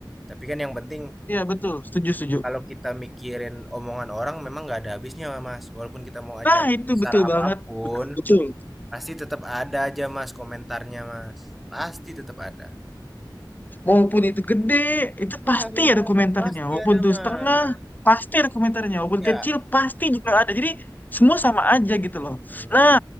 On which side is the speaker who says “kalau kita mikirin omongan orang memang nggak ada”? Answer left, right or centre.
Centre